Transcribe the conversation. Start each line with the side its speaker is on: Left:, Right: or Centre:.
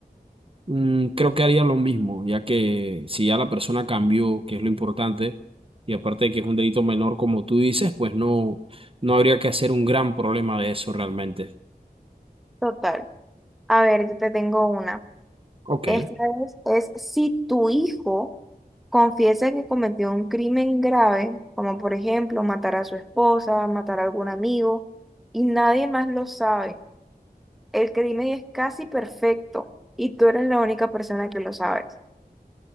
Right: Mm, creo que haría lo mismo, ya que si ya la persona cambió, que es lo importante, y aparte de que es un delito menor, como tú dices, pues no, no habría que hacer un gran problema de eso realmente.
Centre: Total. A ver, yo te tengo una.
Right: Ok,
Centre: Esta es es si tu hijo confiesa que cometió un crimen grave, como por ejemplo matar a su esposa, matar a algún amigo, y nadie más lo sabe. El crimen es casi perfecto y tú eres la única persona que lo sabes.